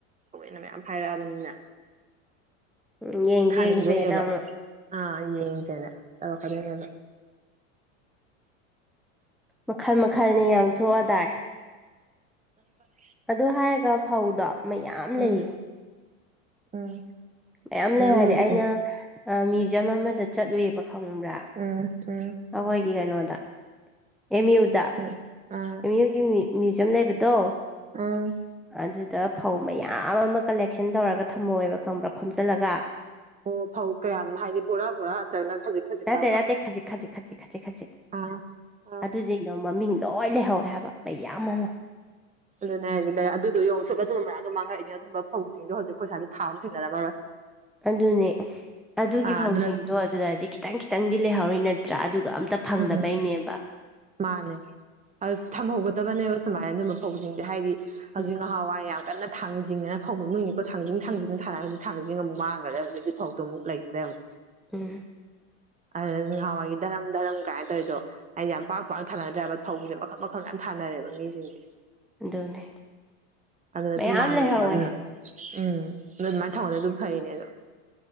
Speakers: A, on the right; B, in the centre.
A: ꯇꯏꯅ ꯃꯌꯥꯝ ꯍꯥꯏꯔꯛꯑꯕꯅꯤꯅ
B: ꯎꯝ ꯌꯦꯡꯁꯦ
A: ꯊꯥꯅꯤꯡꯗꯣꯏꯅꯦꯕ
B: ꯌꯦꯡꯁꯦꯅ ꯑꯃꯨꯛ
A: ꯑꯥ ꯌꯦꯡꯁꯦꯅꯦ ꯇꯧꯔꯛꯀꯗꯣꯏꯅꯦꯕ
B: ꯃꯈꯜ ꯃꯈꯜꯅꯤ ꯌꯥꯝ ꯊꯣꯛꯑꯗꯥꯏ
A: ꯑꯗꯨ <unintelligible>
B: ꯑꯗꯨ ꯍꯥꯏꯔꯒ ꯐꯧꯗꯣ ꯃꯌꯥꯝ
A: ꯎꯝ
B: ꯂꯩꯌꯦ
A: ꯎꯝ
B: ꯃꯌꯥꯝ ꯂꯩ ꯍꯥꯏꯔꯗꯤ
A: ꯂꯩꯔꯗꯤ
B: ꯑꯩꯅ
A: ꯀꯩꯅꯣ
B: ꯃ꯭ꯌꯨꯖꯝ ꯑꯃꯗ ꯆꯠꯂꯨꯏꯌꯦꯕ ꯈꯪꯕ꯭ꯔꯥ
A: ꯎꯝ ꯎꯝ
B: ꯑꯩꯈꯣꯏꯒꯤ ꯀꯩꯅꯣꯗ ꯑꯦꯝ ꯌꯨꯗ
A: ꯎꯝ ꯑꯥ
B: ꯑꯦꯝ ꯌꯨꯒꯤ ꯃꯤ ꯃ꯭ꯌꯨꯖꯌꯝ ꯂꯩꯕꯗꯣ
A: ꯎꯝ
B: ꯑꯗꯨꯗ ꯐꯧ ꯃꯌꯥꯝ ꯑꯃ ꯀꯂꯦꯛꯁꯟ ꯇꯧꯔꯒ ꯊꯝꯃꯧꯋꯦꯕ ꯈꯪꯕ꯭ꯔꯥ ꯈꯣꯝꯖꯜꯂꯒ
A: ꯑꯣ ꯐꯧ ꯀꯌꯥꯝ ꯍꯥꯏꯗꯤ ꯕꯣꯔꯥ ꯕꯣꯔꯥ ꯆꯪꯅ ꯈꯖꯤꯛ ꯈꯖꯤꯛꯂꯕ
B: ꯨꯅꯠꯇꯦ ꯅꯠꯇꯦ ꯈꯖꯤꯛ ꯈꯖꯤꯛ ꯈꯖꯤꯛ ꯈꯖꯤꯛ ꯈꯖꯤꯛ
A: ꯑꯥ ꯑꯥ
B: ꯑꯗꯨꯖꯤꯛ ꯑꯗꯣ ꯃꯃꯤꯡ ꯂꯣꯏ ꯂꯩꯍꯧꯋꯦ ꯍꯥꯏꯕ ꯃꯌꯥꯝ ꯑꯃ
A: ꯑꯗꯨꯅꯦ ꯍꯥꯏꯖꯦ ꯂꯩ ꯑꯗꯨꯗꯣ ꯌꯦꯡꯉꯨ ꯁꯨꯞ ꯑꯗꯨꯒꯝꯕ ꯑꯗꯨꯝ ꯃꯥꯡꯍꯟ ꯑꯗꯨꯝꯕ ꯐꯧꯁꯤꯡꯗꯣ ꯍꯧꯖꯤꯛ ꯑꯩꯈꯣꯏ ꯁꯥꯏꯗ ꯊꯥꯕ ꯑꯃ ꯊꯦꯡꯅꯔꯝꯃꯔꯣꯏ <inaudible>
B: ꯑꯗꯨꯅꯦ ꯑꯗꯨꯒꯤ
A: ꯑꯥ
B: ꯐꯧꯁꯤꯡꯗꯣ
A: ꯑꯗꯨꯅ
B: ꯑꯗꯨꯗꯗꯤ ꯈꯤꯇꯪ ꯈꯤꯇꯪꯗꯤ ꯂꯩꯍꯧꯔꯤ ꯅꯠꯇ꯭ꯔꯥ ꯑꯗꯨꯒ ꯑꯝꯇ ꯐꯪꯗꯕꯩꯅꯦꯕ
A: ꯎꯝ ꯃꯥꯅꯦ ꯑ ꯊꯝꯍꯧꯒꯗꯕꯅꯦꯕ ꯁꯨꯃꯥꯏꯅ ꯑꯗꯨꯝꯕ ꯐꯧꯁꯤꯡꯁ ꯍꯥꯏꯗꯤ ꯍꯧꯖꯤꯛ
B: ꯎꯝ
A: ꯉꯍꯥꯟꯋꯥꯏ ꯌꯥꯝ ꯀꯟꯅ ꯊꯥꯡꯖꯤꯡꯅ ꯐꯧ ꯃꯃꯤꯡꯅꯤꯀꯣ ꯊꯥꯡꯖꯤꯡ ꯊꯥꯡꯖꯤꯡꯗ ꯊꯥꯔꯒ ꯊꯥꯡꯖꯤꯡ ꯑꯃꯨꯛ ꯃꯥꯡꯒ꯭ꯔꯦ ꯍꯧꯖꯤꯗꯤ ꯐꯧꯗꯣ ꯑꯃꯨꯛ ꯂꯩꯇ꯭ꯔꯦ ꯑꯃꯨꯛ
B: ꯎꯝ
A: ꯑꯗꯨ ꯅꯍꯥꯟꯋꯥꯏꯒꯤ ꯙꯔꯝ ꯙꯔꯝ ꯀꯥꯏꯅ ꯇꯧꯔꯤꯗꯣ ꯍꯥꯏꯗꯤ ꯌꯥꯝ ꯄꯥꯛ ꯄꯥꯛ ꯊꯥꯅꯗ꯭ꯔꯥ ꯍꯥꯏꯕ ꯐꯧꯁꯦ ꯃꯈꯜ ꯃꯈꯜ ꯌꯥꯝ ꯊꯥꯅꯔꯦꯕ ꯃꯤꯖꯤꯡꯖꯦ
B: ꯑꯗꯨꯅꯦ
A: ꯑꯗꯨꯅꯁꯨꯨꯝ
B: ꯃꯌꯥꯝ
A: ꯃꯥꯡꯉꯦꯕ
B: ꯂꯩꯍꯧꯋꯦ
A: ꯑꯗꯨꯅ ꯎꯝ ꯑꯗꯨ ꯑꯗꯨꯃꯥꯏꯅ ꯊꯧꯝꯍꯧꯗꯣ ꯑꯗꯨꯝ ꯐꯩꯅꯦ ꯑꯗꯣ